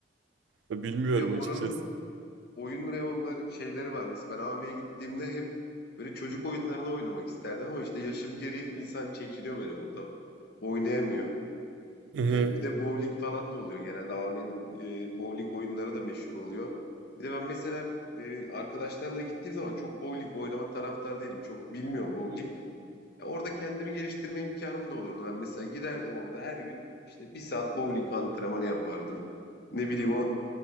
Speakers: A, on the right (about 80°); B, on the left (about 55°).
A: Ya Bilmiyorum
B: Bir de oranın
A: açıkçası.
B: oyun reyonları şeyleri var. Mesela ben AVM'ye gittiğimde hep böyle çocuk oyunlarını oynamak isterdim ama işte yaşım gereği insan çekiniyor böyle orada. Oynayamıyor.
A: Hı hı,
B: Ee, bir de bowling falan da oluyor genelde. AVM'nin e, bowling oyunları da meşhur oluyor. Bir de ben mesela e, arkadaşlarla gittiğim zaman çok bowling oynama taraftar değilim. Çok bilmiyorum bowling. Ya orada kendimi geliştirme imkanım da olurdu. Ben mesela giderdim orada her gün işte bir saat bowling antrenmanı yapardım. Ne bileyim o